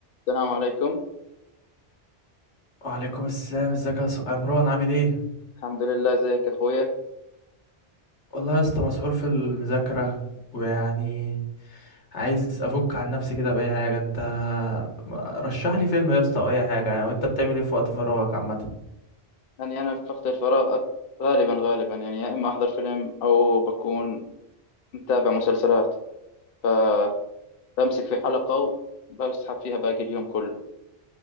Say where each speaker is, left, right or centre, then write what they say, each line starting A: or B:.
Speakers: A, on the left (about 65°); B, on the left (about 90°).
A: السلام عليكم
B: وعليكم السلام ازيك يا س- عمران عامل ايه
A: الحمد لله زيك يا أخويا
B: والله يا اسطى مسحول في المذاكره ويعني عايز افك عن نفسي كده باي حاجه انت ما- رشح لي فيلم يا اسطى او اي حاجه يعني وانت بتعمل ايه في وقت فراغك عامه
A: يعني أنا في وقت الفراغ أك- غالبا غالبا يعني يا إما أحضر فيلم أو بكون متابع مسلسلات فبمسك في حلقة وبسحب فيها باقي اليوم كله